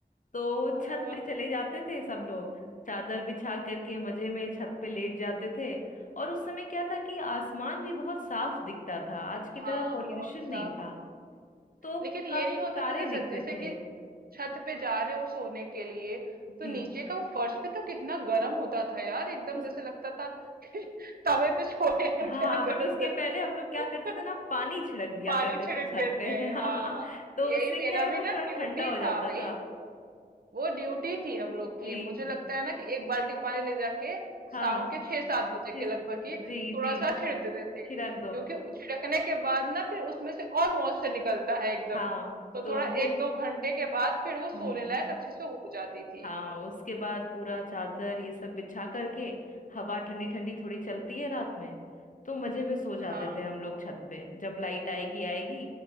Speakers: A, on the left; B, on the right.
A: तो
B: अह,
A: छत पे चले जाते थे सब लोग चादर बिछा करके मजे में छत पे लेट जाते थे और उस समय क्या था कि आसमान भी बहुत साफ दिखता था आज की
B: हाँ
A: तरह पॉल्यूशन
B: बहुत साफ
A: नहीं था तो
B: लेकिन ये
A: काफी
B: नहीं होता
A: तारे
B: था जैसे
A: दिखते
B: जैसे
A: थे
B: कि छत पे जा रहे हो सोने के लिए तो
A: जी
B: नीचे का वो फर्श भी तो कितना गर्म होता था यार एकदम
A: उस
B: जैसे लगता था कि <laughs> तवे पे सोए हैं
A: हाँ
B: क्या
A: हाँ, बट
B: गरम
A: उसके
B: गरम
A: पहले हम लोग क्या करते थे
B: <laughs>
A: ना पानी छिड़क दिया
B: पानी
A: करते
B: छिड़कते
A: थे छत पे
B: थे
A: <laughs> हाँ,
B: हाँ
A: तो
B: यही
A: उससे
B: मेरा
A: क्या है
B: भी
A: वो
B: ना
A: थोड़ा
B: ड्यूटी
A: ठंडा हो
B: था
A: जाता
B: भाई
A: था
B: वो वो ड्यूटी थी हम लोग की
A: जी
B: मुझे लगता है ना कि एक बाल्टी पानी ले जाके
A: हाँ
B: शाम के छह सात बजे
A: फिर
B: के लगभग ही
A: जी
B: थोड़ा
A: जी
B: सा छिड़क देते थे
A: छिड़क दो
B: क्योंकि छिड़कने के बाद ना फिर उसमें से और मॉइस्चर निकलता है एकदम
A: हाँ
B: तो
A: तो
B: थोड़ा
A: वो
B: एक दो घंटे के बाद फिर वो सोने
A: हम्म
B: लायक अच्छे से हो जाती थी
A: हाँ उसके बाद पूरा चादर ये सब बिछा करके हवा ठंडी ठंडी थोड़ी चलती है रात में तो मजे में सो जाते
B: हाँ
A: थे हम लोग छत पे जब लाइट आएगी आएगी